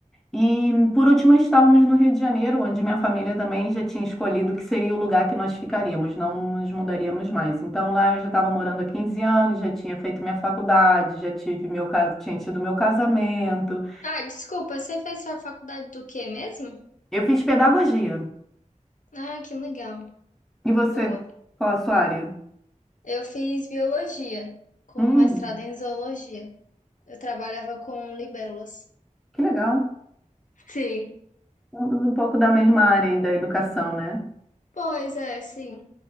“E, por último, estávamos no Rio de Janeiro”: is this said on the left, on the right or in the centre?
Centre